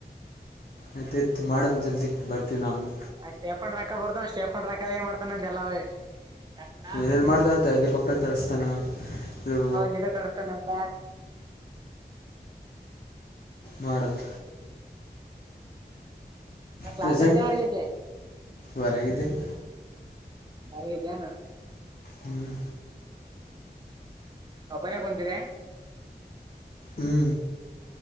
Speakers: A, on the left (about 55°); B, on the right (about 25°).
A: ಆಯ್ತ ಆಯ್ತ್ು ಮಾಡಣ ಜಲ್ದಿ ಬರ್ತೀವಿ ನಾವವು
B: ಆ ಸ್ಟೇಫನ್ ರೊಕ್ಕ ಬರ್ದ ಸ್ಟೇಫನ್ ರಕ್ಕ ಮಾಡ್ತಾನ ಅ ಎಲ್ಲೇ ಯಾನಾ
A: ಏನೇನು ಮಾಡ್ತಾನಂತ ಹೆಲಿಕಾಪ್ಟರ್ ತರಿಸ್ತಾನ ಇದು
B: ಕಡಿಸಸ್ತಾನಂತ
A: ಮಾಡಡನ್
B: ನ ಕ್ಲಾಸ್
A: ಪ್ರೆಸೆಂಟ್
B: ಐತ ಆರಗತೆೆ
A: ಹೊರಗಿದ್ದೀನಿ
B: ಮಾರ ಇದಿದಾನ
A: ಹ್ಞೂ
B: ಹಬನ ಕುಂತಿದೆ
A: ಹ್ಞೂ